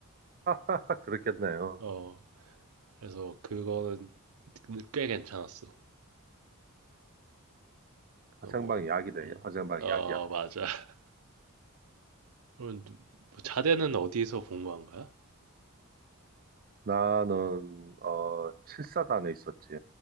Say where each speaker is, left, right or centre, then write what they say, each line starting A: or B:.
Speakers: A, on the right; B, on the right.
A: 딱 그렇겠네요
B: 어, 그래서 그거는 꽤 괜찮았어. 그래서
A: 화생방
B: 뭐,
A: 약이래
B: 음,
A: 화생방
B: 어,
A: 약이야
B: 맞아. <laughs> 그럼 뭐 자대는 어디서 복무한 거야?
A: 나는 어 7사단에 있었지